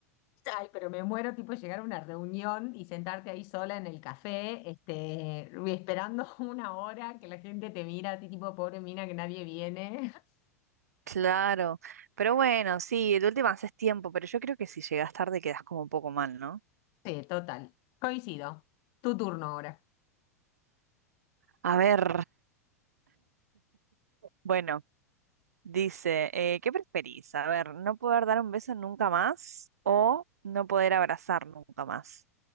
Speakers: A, on the left; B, on the right.
A: Ay, pero me muero tipo llegar a una reunión y sentarte ahí sola en el café, este, esperando <laughs> una hora que la gente te mira así tipo pobre mina que nadie viene. <laughs>
B: Claro, pero bueno, sí, de última haces tiempo, pero yo creo que si llegas tarde quedas como un poco mal, ¿no?
A: Sí, total. Coincido. Tu turno ahora.
B: A ver, bueno, dice, eh, ¿qué preferís? A ver, ¿no poder dar un beso nunca más o no poder abrazar nunca más?